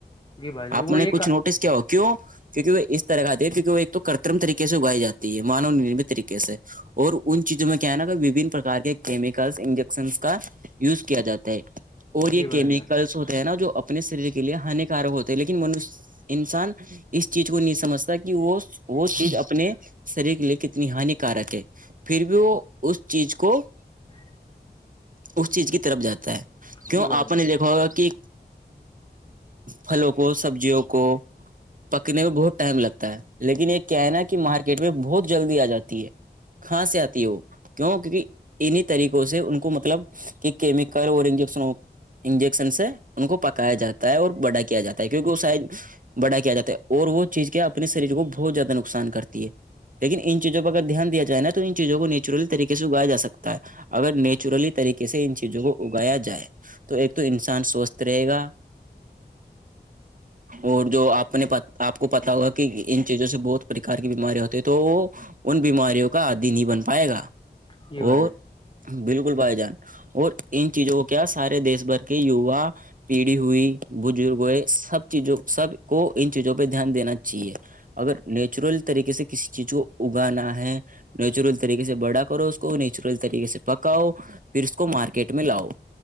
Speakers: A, on the left; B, on the right.
A: جی بھائی جان
B: آپ
A: وہ
B: میں
A: ایک
B: نے کچھ نوٹس کیا ہوگ کیوں کیکہ وہ اس طرح دیک کیک وہ ایک تو کرترم طریقے سے اگائی جاتی ہے مانو نرم طریقے سے اور ان چیزوں میں کیا ہے نا کہ وبھن پرار کے کیمیکلس انجیکشنس کا یوز کیا جاتا ہے اور یہ
A: جی بھائی
B: کیمیکلس
A: جان
B: ہوتے ہیں نا جو اپنے شریر کے لیے ہانیکارک ہوتے ہیں لیکن من انسان اس چیز کو نہیں سمجھتا کہ وہ وہ چیز اپنے شریر کے لیے کتنی ہانیکارک ہے پھر بھی وہ اس چیز کو
A: ج
B: اس چیز کی طرف جاتا ہے کیوں
A: جی بھائی
B: آپ
A: جان
B: نے دیکھا ہوگا کہ پھلوں کو سبزیوں کو پکنے میں بہت ٹائم لگتا ہے لیکن یہ کہنا کہ مارکیٹ میں بہت جلدی آ جاتی ہے کاں سے آتی ہے وہ کیوں کیونکہ انی طریقوں سے ان کو مطلب کہ کیمیکل اور انجیکشن انجیکشن سے ان کو پکایا جاتا ہے اور بڑا کیا جاتا ہے کیونکہ وہ شاید بڑا کیا جاتا ہے اور وہ چیز کے اپنے شریر کو بہت زیادہ نقصان کرتی ہے لیکن ان چیزوںہ اگر دھیان دیاائےا تو ان چیز کویچرل طریے سے اگیاا سکتا اگر نیچرلی طریقے سے ان چیزوں کو اگایا جائے تو ایک تو انسان سوستھ رہے گا اور جو آپ نے آپ کو پتا ہوگا کہ ان چیزوں سے بہت پرکار کی بیماری ہوتی ہیں تو ان بیماریوں کا آدی نہیں بن پائے گا
A: یہ ب
B: اور بالکل بھائی جان اور ان چیزوں کو کیا سارے دیش بھر کے یوا پیڑھی ہوئی بزرگ ہوئے سب چیزوں سب کو ان چیزوں پہ دھیان دینا چیے اگر نیچرل طریقے سے کسی چیز کو اگانا ہے نیچرل طریقے سے بڑا کرو اس کو نیچرل طریقے سے پکاؤ پھر اس کو مارکیٹ میں لاؤ